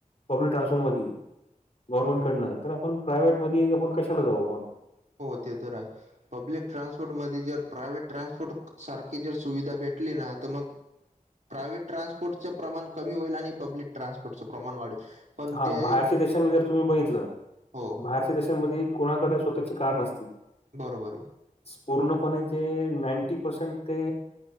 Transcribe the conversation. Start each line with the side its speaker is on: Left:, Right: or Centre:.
Left: पब्लिक ट्रान्सपोर्टमधी गव्हर्नमेंटकडनं, तर आपण प्रायव्हेटमध्ये आपण कशाला जाऊ आपण.
Right: हो ते तर आहेच. पब्लिक ट्रान्सपोर्टमध्ये जर प्रायव्हेट ट्रान्सपोर्ट सारखी जर सुविधा भेटली ना, तर मग प्रायव्हेट ट्रान्पोर्टचं प्रमाण कमी होईल आणि पब्लिक ट्रान्सपोर्टच प्रमाण वाढेल. पण
Left: हा
Right: ते
Left: बाहेरच्या देशांमध्ये जर तुम्ही बघितलं,
Right: हो
Left: बाहर देशांमध्ये कुणाकडे स्वतःची कान असती.
Right: बरोबर आहे.
Left: पूर्णपणे ते नाईंटी पर्सेंट ते